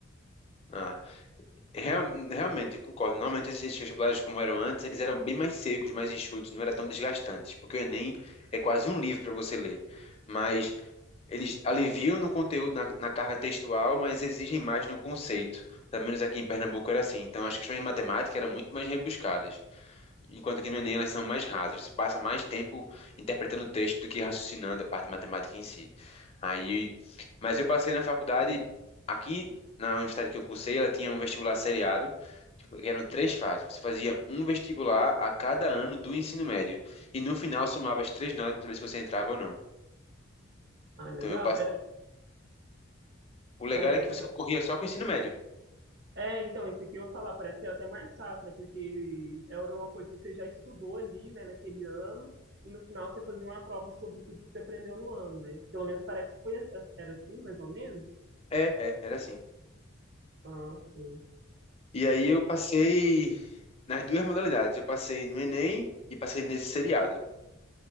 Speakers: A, on the left; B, on the right.
A: Ah, real- realmente, eu concordo. Normalmente esses vestibulares, como eram antes, eles eram bem mais secos, mais enxutos, não era tão desgastantes, porque o Enem é quase um livro para você ler. Mas Eles aliviam no conteúdo, na, na carga textual, mas exigem mais no conceito. Pelo menos aqui em Pernambuco era assim. Então, as questões de matemática eram muito mais rebuscadas, enquanto que no Enem elas são mais rasas. Você passa mais tempo interpretando o texto do que raciocinando a parte matemática em si. Aí, mas eu passei na faculdade, aqui na universidade que eu cursei, ela tinha um vestibular seriado, tipo, que eram três fases. Você fazia um vestibular a cada ano do ensino médio, e no final somava as três notas para saber se você entrava ou não.
B: Ah, legal.
A: Então, eu
B: Era,
A: O legal
B: parece
A: é que você concorria só com o ensino médio.
B: É, então, isso aqui eu falar, parece que era até mais fácil, né? Porque era uma coisa que você já estudou ali, né, naquele ano, e no final você fazia uma prova sobre tudo que você aprendeu no ano, né? Pelo menos parece que foi, era assim, mais ou menos.
A: É, é, era assim.
B: Ah, sim.
A: E aí eu passei nas duas modalidades. Eu passei no Enem e passei nesse seriado.